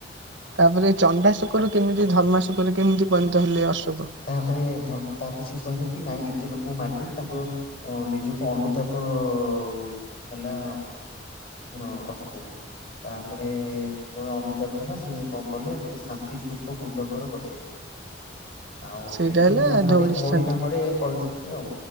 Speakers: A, on the right; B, on the left.
A: ତାପରେ, ଚଣ୍ଡାଶୋକରୁ କେମିତି ଧର୍ମାଶୋକରେ କେମିତି ପଣିତ ହେଲେ ଅଶୋକ?
B: ତାପରେ ଧର୍ମ, ତାପରେ ସେ କହିଲେ କି ନାଇଁ ଏତେ ଲୋକଙ୍କୁ ମାରିଦେଲି ତାଙ୍କୁ ଉ ଓ ନିଜକୁ ଅନୁତାପ ହେଲା। ହଁ ଅଶୋକ ଙ୍କୁ। ତାପରେ ଯେତେବେଳେ ଅନୁତାପ ହେଲା, ସିଏ କଣ୍ କଲେ, ଗୋଟାଏ ଶାନ୍ତି ସ୍ତୁପ ବୃଦ୍ଧଙ୍କର ବସେଇଲେ ଆଉ
A: ସେଇଟା
B: ସେଇଠୁ
A: ହେଲା
B: ନାମରେ, ଧଉଳି
A: ଶ୍ରାନ୍ତି
B: ନାମରେ ପରିଚିତ ଆଉ,